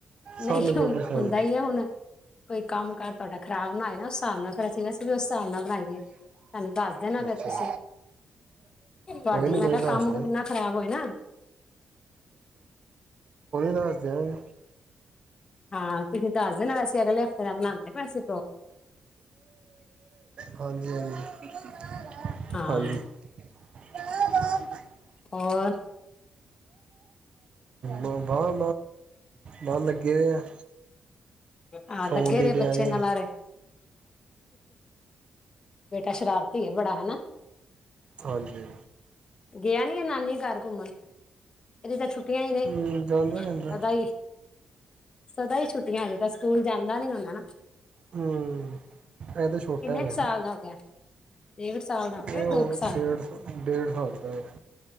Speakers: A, on the left; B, on the right.
A: ਨਹੀਂ
B: ਸਾਨੂੰ
A: ਹੁਣ
B: ਕਿਉਂ ਪਰੇਸ਼ਾਨੀ
A: ਹੁੰਦਾ ਹੀ ਹੈ ਹੁਣ ਕੋਈ ਕੰਮ ਕਾਰ ਤੁਹਾਡਾ ਖਰਾਬ ਨਾਏ ਨਾ ਹਿਸਾਬ ਨਾਲ ਫਿਰ ਅਸੀਂ ਵੈਸੇ ਵੀ ਉਸ ਹਿਸਾਬ ਨਾਲ ਬਣਾਈਏ ਦੱਸ ਦੇ ਨਾ ਫਿਰ
B: ਅੱਛਾ
A: ਤੁਸੀਂ ਤੁਹਾਡੀ
B: ਕੋਈ ਨੀ
A: ਮੈਂ
B: ਕੋਈ
A: ਕਿਹਾ
B: ਨੀ ਦੱਸ
A: ਕੰਮ
B: ਦਿਆਂਗੇ
A: ਕੁਮ ਨਾ ਖ਼ਰਾਬ ਹੋਏ ਨਾ
B: ਦੱਸਦੇ।
A: ਹਾਂ ਤੁਸੀਂ ਦੱਸ ਦੇ ਨਾ ਵੇਸੇ ਅਗਲੇ ਹਫਤੇ ਦਾ ਬਣਾਉਦੇ ਪਏ ਸੀ।
B: ਹਾਂਜੀ ਹਾਂਜੀ, <unintelligible>
A: ਹਾਂ,
B: ਹਾਂਜੀ <unintelligible>
A: ਹੋਰ,
B: ਬਾਂ ਬਾਂ ਬਾਹ ਲੱਗੇ ਦੇ ਆ।
A: ਹਾਂ ਲੱਗੇ
B: ਸੌਣ ਦੀ
A: ਦੇ
B: ਤਿਆਰੀ
A: ਬੱਚੇ ਨਾ ਲਾਰੇ, ਬੇਟਾ ਸ਼ਰਾਰਤੀ ਹੈ ਬੜਾ ਹੈਨਾ।
B: ਹਾਂਜੀ
A: ਗਿਆ ਨੀ ਇਹ ਨਾਨੀ ਘਰ ਘੁੰਮਣ, ਇਹਦੇ ਤਾ ਛੁ ਆਂ ਹੀ
B: ਹਮ,
A: ਨੇ
B: ਜਾਂਦਾ ਜਾਂਦਾ
A: ਅਦਾ ਹੀ। ਸਦਾ ਹੀ ਛੁੱਟੀਆਂ ਨੇ ਬਸ, ਸਕੂਲ ਜਾਂਦਾ ਨੀ ਹੁੰਦਾ ਨਾ।
B: ਇਹ ਤਾਂ ਛੋਟਾ
A: ਕਿੰਨੇ
B: ਹੈਗਾ
A: ਕੁ ਸਾਲ
B: ਨਾ
A: ਦਾ ਹੋ ਗਿਆ ਡੇਢ ਸਾਲ ਦਾ ਹੋ ਗਿਆ
B: ਇਹ ਹਣ
A: ਦੋ ਕੁ ਸਾਲ
B: ਡੇੜ ਡੇਢ ਸਾਲ ਦਾ ਹੈ।